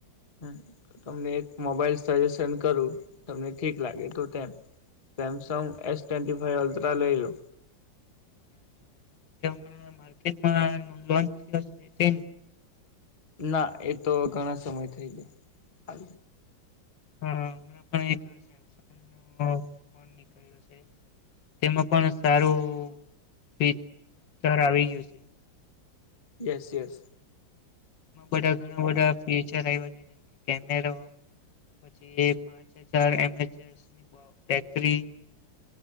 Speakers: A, on the left (about 25°); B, on the left (about 70°).
A: હ તમને એક મોબાઈલ સજેશન કરું તમને ઠીક લાગે તો તેમ Samsung S twenty five Ultra લઈ લો
B: સેમસંગ હમણાં માર્કેટમાં લોન્ચ થયો તે
A: ના એ તો ઘણા સમય થઈ ગયા
B: હા હમણાં પણ એક સેમસંગ નો ફોન નીકળ્યો છે, તેમાં પણ સારું ભીતર આવી ગયું છે.
A: Yes yes.
B: બધા ઘણા બધા ફીચર આવ્યા છે, જેમ કેમેર પછી પાંચ હજાર એમ ચસની બેટરી